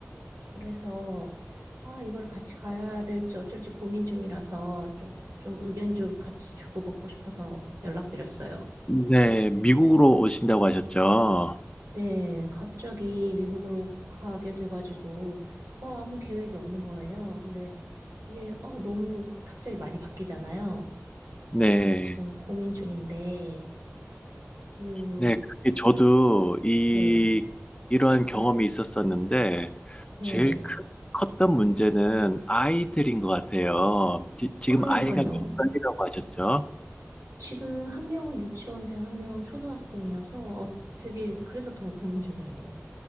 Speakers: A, on the right; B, on the left.
A: 그래서, 아, 이걸 같이 가야 될지 어쩔지 고민 중이라서 좀, 좀 의견 좀 같이 주고받고 싶어서 연락드렸어요.
B: 네, 미국으로 오신다고 하셨죠?
A: 네, 갑자기 미국으로 가게 돼가지고, 어, 아무 계획이 없는 거예요. 근데 이게, 어, 너무 갑자기 많이 바뀌잖아요.
B: 네,
A: 그래서 지금 고민 중인데, 그,
B: 네, 그게 저도 이,
A: 네,
B: 이러한 경험이 있었었는데,
A: 네.
B: 제일 크, 컸던 문제는 아이들인 것 같아요. 지, 지금
A: 그러니까요.
B: 아이가 몇 살이라고 하셨죠?
A: 지금 한 명은 유치원생, 한 명은 초등학생이어서 어, 되게, 그래서 더 고민 중이에요.